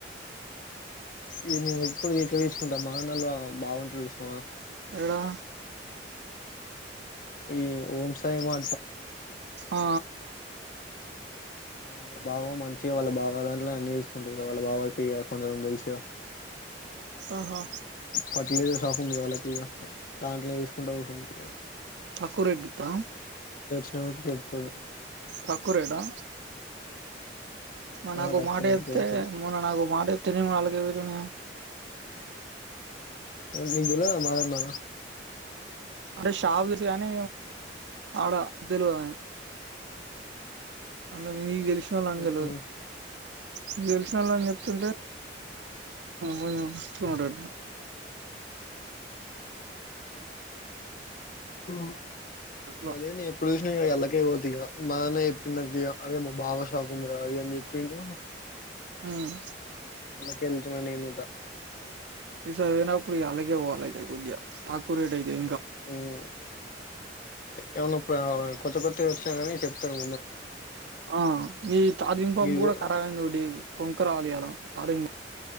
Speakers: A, on the left; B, on the right.
A: ఇగ నే ఎప్పుడు లీటర్ వైజ్ ట మానల బాగుంటడు చూసినవా
B: లా
A: ఈ హోమ్ సైడ్ మా
B: ఆ
A: వాళ్ళ బావ మంచిగా వాళ్ళ బావ దాంట్లో అన్ని తీసుకుంటారు వాళ్ళ బావకి ఇగ కొంచెం తెలుసుగా
B: ఆహా
A: ఫెర్టిలైజర్స్ షాప్ ఉంది కదా వాళ్ళకి ఇగా దాంట్లో చూసుకుంటూ కుసున్ ఇ
B: తక్కువ రేట్ ఉందా
A: రేట్ చెప్తడు
B: తక్కువ్ రేట్ ఆ మరి
A: ఆ
B: నాకో
A: తక్కువ
B: మాట
A: రేటుకే
B: చెప్తే
A: ఎత్తుడు
B: మొన్న నాకో మాట్ తినేవి ఆల్గే విధంగా
A: నీకు తెల్వదా మాదన్న
B: అరే షాప్ ఉంది గాని అడ తెల్వదు అన్న మినీ తెల్ తెలిసినోళ్లని
A: ఉహు
B: తెల్వదు మీకు తెల్సినోళ్లని అని చెప్తుంటే కొంచెం కొంటాను
A: హుమ్
B: అట్లా
A: అదేని ఎప్పుడు నే అల్లకే పోతిగా మా అన్నయ్ చెప్పిండంట ఇగ అరే మా బావ షాప్ ఉంది అని చెప్పిండు
B: హుమ్
A: కెల్తుమనింత
B: ఈసార్ పోయినప్పుడు ఇగ ఆలకే పోవాలి అయితే కొద్దిగా తక్కువ రేట్ అయితది
A: హుమ్ ఏమన్ననా కొత్త కొత్త వచ్చినా కాగానీ చెప్తారు
B: ఆ ఈ చార్జింగ్ పంప్
A: గిదిగో
B: కూడా కరాబ్ అయింది నోడివి కొంకరావాలియాల చాదింగ్